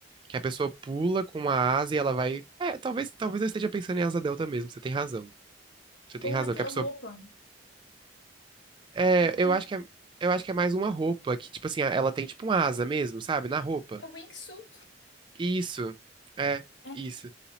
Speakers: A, on the right; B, on the left.
A: que a pessoa pula com uma asa e ela vai. É, talvez talvez eu esteja pensando em asa delta mesmo. Você tem razão. Você tem
B: Ou
A: razão.
B: aquela
A: Que a pessoa.
B: roupa,
A: É,
B: porque tem
A: eu
B: um.
A: acho que é, eu acho que é mais uma roupa que tipo assim ela tem tipo uma asa mesmo, sabe? Na roupa.
B: É um wingsuit.
A: Isso. É
B: É.
A: isso.